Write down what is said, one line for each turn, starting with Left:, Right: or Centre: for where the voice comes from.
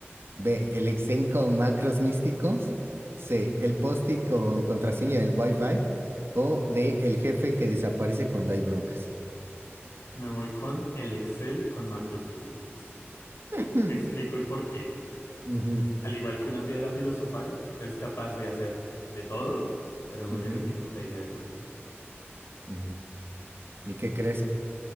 Right: B. El Excel con macros místicos. C. El post con contraseña del Wi-Fi. O D. El jefe que desaparece cuando hay broncas.
Left: Me voy con el Excel con macros místicos.
Right: Hmm,
Left: Explico el porqué.
Right: ujú,
Left: Al igual que una piedra filosofal, es capaz de hacer de todo, pero no
Right: ujú,
Left: tienes ni puta idea de por qué.
Right: ujú. ¿Y qué crees?